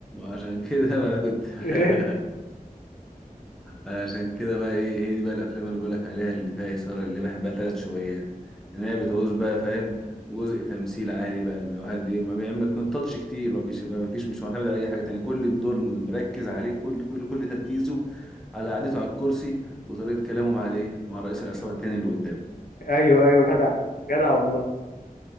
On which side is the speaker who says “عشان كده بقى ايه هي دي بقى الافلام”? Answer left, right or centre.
Centre